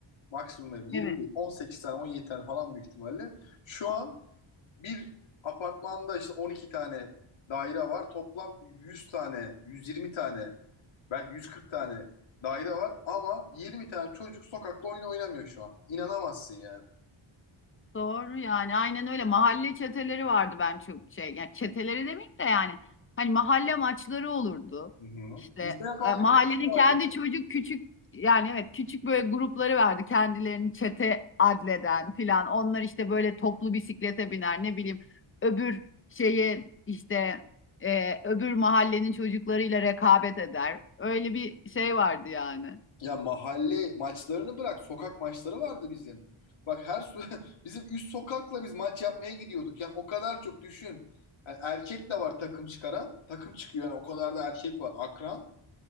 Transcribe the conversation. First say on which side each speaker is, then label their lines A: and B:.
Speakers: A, on the left; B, on the left.
A: Maksimum ev 20
B: Evet.
A: değil, 18 tane 17 tane falan büyük ihtimalle. Şu an bir apartmanda işte 12 tane daire var. Toplam 100 tane, 120 tane, belki 140 tane daire var ama 20 tane çocuk sokakta oyun oynamıyor şu an. İnanamazsın yani.
B: Doğru yani aynen öyle mahalle çeteleri vardı ben çok şey yani çeteleri demeyeyim de yani hani mahalle maçları olurdu
A: Hı hı.
B: işte
A: Biz de yapardık,
B: e, mahallenin
A: biz de yapardık.
B: kendi çocuk küçük yani evet küçük böyle grupları vardı kendilerini çete adleden filan onlar işte böyle toplu bisiklete biner ne bileyim öbür şeyi işte e, öbür mahallenin çocuklarıyla rekabet eder öyle bir şey vardı yani
A: Ya mahalle maçlarını bırak sokak maçları vardı bizim. Bak her su <laughs> bizim üst sokakla biz maç yapmaya gidiyorduk. Yani o kadar çok düşün. Yani erkek de var takım çıkaran. Takım çıkıyor yani o kadar da erkek var akran.